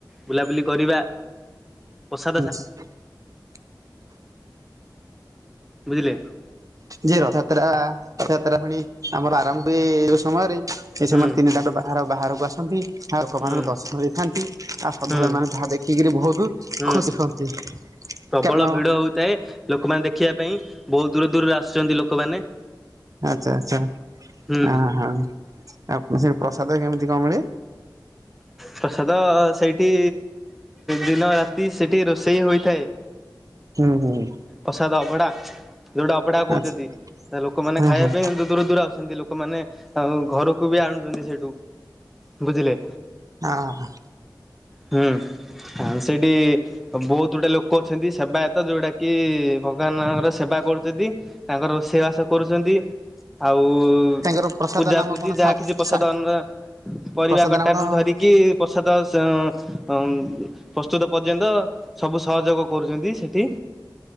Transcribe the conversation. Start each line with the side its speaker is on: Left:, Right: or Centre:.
Centre: ବୁଲାବୁଲି କରିବା ପସା
Right: <unintelligible>
Centre: ବୁଝିଲେ
Right: ଯେ ରଥଯାତ୍ରା ରଥଯାତ୍ରା ପୁଣି ଆମର ଆରମ୍ଭ ହୁଏ ଯଉ ସମୟରେ ସେହି
Centre: ହୁଁ
Right: ସମୟରେ ତିନି ଠାକୁର ବାହାର ବାହାରକୁ ଆସନ୍ତି। ଆଉ ଲୋକମାନାନଙ୍କୁ
Centre: ହୁଁ
Right: ଦର୍ଶନ ଦେଇଥାନ୍ତି ଆଉ ଶ୍ରଦ୍ଧାଳୁ
Centre: ହୁଁ
Right: ମାନେ ଯାହା ଦେଖିକିରି ବହୁତ
Centre: ହୁଁ
Right: ଖୁସି ହୁଅନ୍ତି।
Centre: ପ୍ରବଳ
Right: କାରଣ
Centre: ଭିଡ ହୋଉଥାଏ ଲୋକମାନେ ଦେଖିବା ପାଇଁ ବହୁତ ଦୂର ଦୂରରେ ଆସୁଛନ୍ତି ଲୋକମାନେ।
Right: ଆଚ୍ଛା ଆଚ୍ଛା
Centre: ହୁଁ
Right: ଆ ହାଁ ଆପ ସେଠି ପ୍ରସାଦ କେମିତି? କେମିତି କଣ ମିଳେ?
Centre: ପ୍ରସାଦ ସେଇଠି ଦିନ ରାତି ସେଇଠି ରୋଷେଇ ହୋଇଥାଏ।
Right: ହୁଁ ହୁଁ।
Centre: ପ୍ରସାଦ ଅଭଡ଼ା। ଯୋଉଟା ଅଭଡା କହୁଛନ୍ତି,
Right: ଆଚ୍ଛା
Centre: ତ ଲୋକମାନେ
Right: ହଁ
Centre: ଖାଇବା
Right: ହଁ
Centre: ପାଇଁ ଦୂର ଦୂର ଆସଛନ୍ତି, ଲୋକମାନେ ଆଉ ଘରକୁ ବି ଆଣୁ ଆଣୁଛନ୍ତି ସେହଠୁ ବୁଝିଲେ?
Right: ହଁ
Centre: ହୁଁ ସେଠି ବହୁତ ଗୁଡେ ଲୋକ ଅଛନ୍ତି ସେବାୟତ ଯୋଉଟା କି ଭଗବାନଙ୍କର ସେବା କରୁଛନ୍ତି ତାଙ୍କର ରୋଷେଇବାସ କରୁଛନ୍ତି ଆଉ ଆଉ
Right: ତାଙ୍କର ପ୍ରସାଦ
Centre: ପୂଜା
Right: ନାମ
Centre: ପୂଜି
Right: କଣ
Centre: ଯାହା
Right: ସା
Centre: କିଛି ପ୍ରସାଦର
Right: ସା
Centre: ପରିବା
Right: ପ୍ରସାଦ
Centre: କଟାରୁ
Right: ନାମ କଣ ହୁଁ
Centre: ଧରିକି ପ୍ରସାଦ ହଁ ପ୍ରସ୍ତୁତ ପର୍ଯ୍ୟନ୍ତ ସବୁ ସହଯୋଗ କରୁଛନ୍ତି, ସେଠି